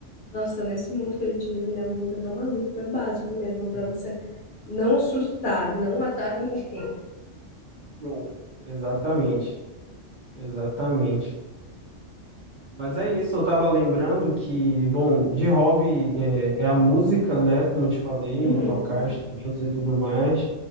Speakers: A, on the left; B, on the right.
A: Nossa, nesse mundo que a gente vive, né? O mundo tá tão maluco, é básico mesmo
B: <laughs>
A: para você não surtar, não matar ninguém.
B: Bom, exatamente. Exatamente. Mas é isso, eu tava lembrando que, bom, de hobby é, é a música, né? Como eu te falei,
A: Uhum,
B: tocar instrumentos e tudo mais.